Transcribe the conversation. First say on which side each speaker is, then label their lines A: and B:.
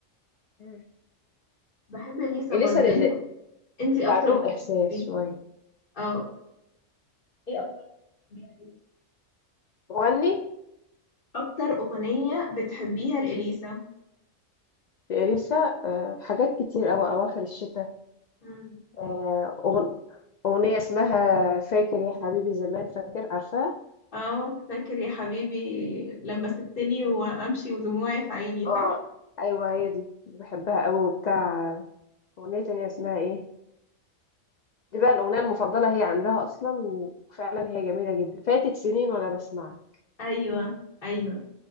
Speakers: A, on the left; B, on the left.
A: مم.
B: بحب إليسا
A: إليسا
B: برضه
A: اللي,
B: انت انت أكتر
A: اللي عندهم
B: أغنية
A: إحساس
B: بتحبيها
A: شوية
B: اه ايه أكتر أغنية بتحبيها لإليسا
A: مغني
B: أكتر أغنية بتحبيها لإليسا
A: لإليسا آه حاجات كتير أوي أواخر الشتاء
B: مم.
A: آه أغن- أغنية اسمها فاكر يا حبيبي زمان فاكر عارفاها
B: اه فاكر يا حبيبي لما سبتني وأمشي ودموعي في عيني
A: اه
B: صح؟
A: ايوه هي دي دي بحبها قوي وبتاع اغنيه تانية اسمها ايه دي بقى الاغنيه المفضله هي عندها اصلا وفعلا هي جميله جدا فاتت سنين وانا بسمعها
B: ايوه ايوه